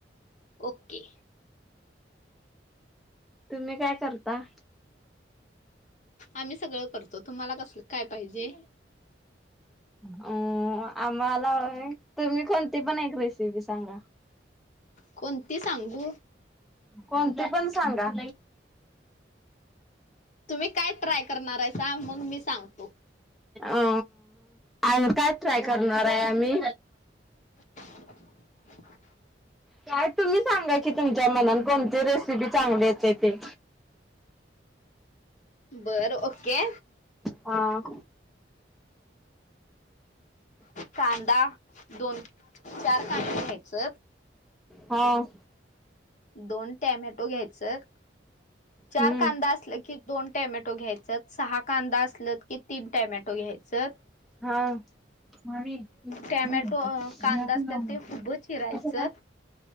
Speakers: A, on the left (about 40°); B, in the centre.
A: ओके.
B: तुम्ही काय करता?
A: आम्ही सगळं करतो तुम्हाला कसलं काय पाहिजे?
B: अं आम्हाला <unintelligible> तुम्ही कोणती पण एक रेसिपी सांगा.
A: कोणती सांगू?
B: कोणती पण सांगा.
A: तुम्ही काय ट्राय करणार हायसा? मग मी सांगतो.
B: अ आणि काय ट्राय करणार आहे आमी?
A: <inaudible>
B: काय तुम्ही सांगा की तुमच्या मनान कोणती रेसिपी चांगली येते ते.
A: बर ओके.
B: आं
A: कांदा, दोन चार कांदं घ्यायचंत.
B: हां.
A: दोन टॅमॅटो घ्यायचं. चार
B: हम्म
A: कांदा असल की दोन टॅमॅटो घ्याय चंत सहा कांदा असलत की तीन टॅमॅटो घ्याय च.
B: हां मामी <unintelligible> ह्यासनी
A: टॅमॅटो कांदा असतात
B: लावुन
A: ते
B: देतो.
A: उभं चिरायचं
B: कशाला?